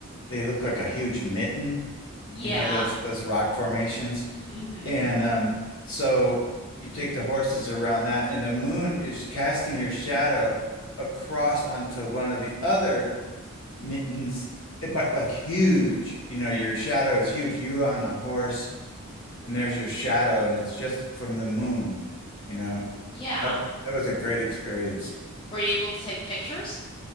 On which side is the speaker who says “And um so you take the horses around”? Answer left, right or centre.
Left